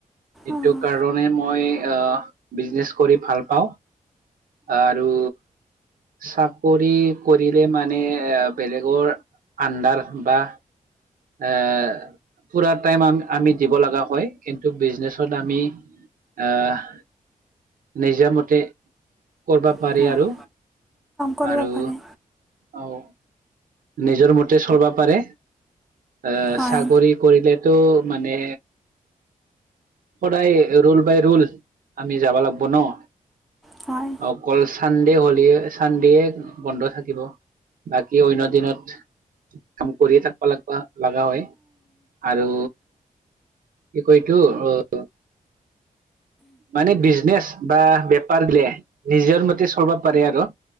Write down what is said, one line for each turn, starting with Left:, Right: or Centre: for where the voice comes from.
Right: সেইটো
Centre: অঁ
Right: কাৰণে মই আহ বিজনেচ কৰি ভাল পাওঁ আৰু চাক কৰি কৰিলে মানে এ বেলেগৰ আন্ডাৰ বা এহ পুৰা টাইম আম আমি দিব লগা হয় কিন্তু বিজনেছত আমি আহ নিজামত এ কৰবা পাৰে
Centre: কাম
Right: আৰু
Centre: কৰিব
Right: আৰু
Centre: পাৰে
Right: অহ নিজৰ মতে চলবা পাৰে এ
Centre: হয়
Right: চাকৰি কৰিলে তো মানে সদায় ৰল বাই ৰোল আমি যাবা লাগব ন অ
Centre: হয়
Right: অকল চানডে হ'লে চানডেত বন্ধ থাকিব বাকী অন্য দিনত কাম কৰিয়ে থাকিবা লাগবা লাগা হয় আৰু কি কয় এইটো অ মানে বিজনেচ বা বেপাৰ লে নিজৰ মতে চলব পাৰে আৰু